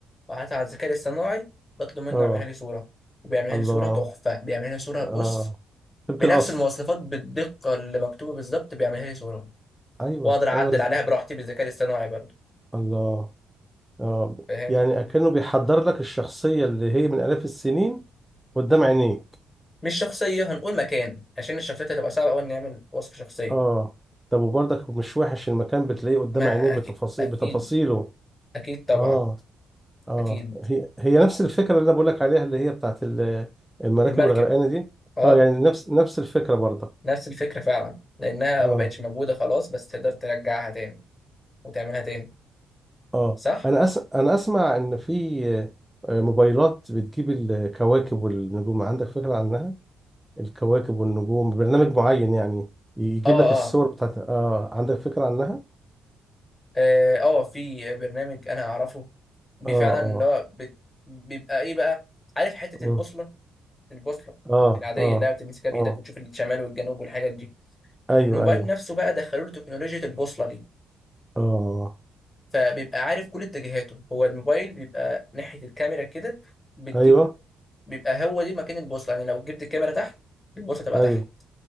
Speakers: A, on the left; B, in the centre.
A: وقعدت على الذكاء الاصطناعي بطلب منه
B: اه
A: يعملها لي صورة بيعملها
B: الله
A: لي صورة تحفة بيعملها لي صورة
B: آه
A: بص
B: سمك
A: بنفس
B: الأصل
A: المواصفات بالدقة اللي مكتوبة بالظبط بيعملها لي صورة
B: أيوه
A: وأقدر أعدل
B: أيوه ز-
A: عليها براحتي بالذكاء الاصطناعي برضه
B: الله آه
A: فاهم
B: يعني أكنه بيحضر لك الشخصية اللي هي من آلاف السنين قدام عينيك
A: مش شخصية هنقول مكان عشان الشخصيات هتبقى صعبة أوي إن نعمل وصف شخصية
B: آه طب وبرضك مش وحش المكان بتلاقيه قدام
A: ما
B: عينيك
A: أكيد
B: بتفاصيل
A: أكيد
B: بتفاصيله
A: أكيد طبعا
B: آه آه
A: أكيد
B: هي هي نفس الفكرة اللي أنا بقول لك عليها اللي هي بتاعت ال- المراكب
A: المركب
B: الغرقانة دي
A: أه
B: آه يعني نفس نفس الفكرة برضك
A: نفس الفكرة فعلا لأنها
B: آه
A: ما بقتش موجودة خلاص بس تقدر ترجعها تاني وتعملها تاني
B: اه
A: صح؟
B: انا أس... انا اسمع ان في آه، موبايلات بتجيب الكواكب والنجوم عندك فكرة عنها الكواكب والنجوم برنامج معين يعني يجيب
A: اه
B: لك الصور
A: اه
B: بتاعت اه عندك فكرة عنها
A: اه آه، في برنامج انا اعرفه بي-
B: اه
A: فعلا اللي
B: اه
A: هو بت- بيبقى ايه بقى عارف حته
B: مم.
A: البوصله البوصله
B: اه
A: العاديه
B: اه
A: اللي هي بتمسكها بايدك
B: اه
A: وتشوف الشمال والجنوب والحاجات دي
B: ايوه
A: الموبايل
B: ايوه
A: نفسه بقى دخلوا له تكنولوجيا البوصله دي
B: اه
A: فبيبقى عارف كل اتجاهاته هو الموبايل بيبقى ناحيه الكاميرا كده بتجيب
B: ايوه
A: بيبقى هو دي مكان البوصله يعني لو جبت الكاميرا تحت البوصله تبقى
B: ايوه
A: تحت